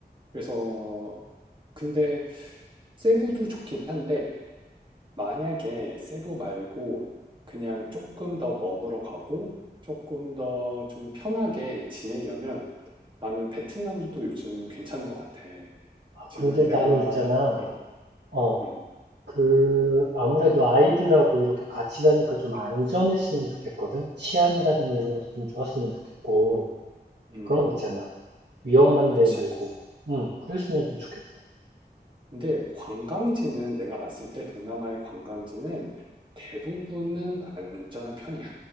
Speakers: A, on the right; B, on the right.
A: 그래서, 근데 세부도 좋긴 한데, 만약에 세부 말고 그냥 조금 더 먹으러 가고 조금 더 좀 편하게 지내려면 나는 베트남도 요즘 괜찮은 것 같아.
B: 아,
A: 지금
B: 근데
A: 내가,
B: 나는 있잖아.
A: 어,
B: 어,
A: 음,
B: 그, 아무래도 아이들하고 이렇게 같이 가니까 좀 안전했으면 좋겠거든? 치안이라든가 이런 것도 좀 좋았으면 좋겠고.
A: 음,
B: 그런 거 있잖아. 위험한데
A: 그치.
B: 말고. 응, 그랬으면 좀 좋겠어.
A: 근데 관광지는 내가 봤을 때 동남아의 관광지는 대부분은 안전한 편이야.